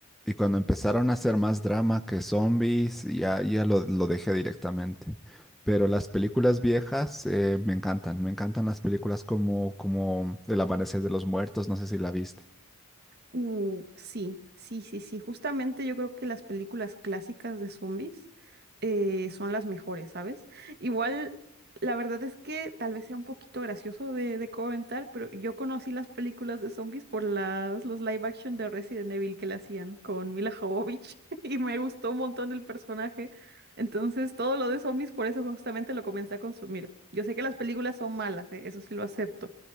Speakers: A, in the centre; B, on the right.
A: Y cuando empezaron a hacer más drama que zombies, ya, ya lo, lo dejé directamente. Pero las películas viejas eh, me encantan, me encantan las películas como, como El Amanecer de los Muertos, no sé si la viste.
B: Uh, sí, sí, sí, sí. Justamente yo creo que las películas clásicas de zombies eh, son las mejores, ¿sabes? Igual, la verdad es que tal vez sea un poquito gracioso de, de comentar, pero yo conocí las películas de zombies por las, los live action de Resident Evil que le hacían con Mila Jovovich <laughs> y me gustó un montón el personaje. Entonces, todo lo de zombies, por eso justamente lo comencé a consumir. Yo sé que las películas son malas, ¿eh? Eso sí lo acepto,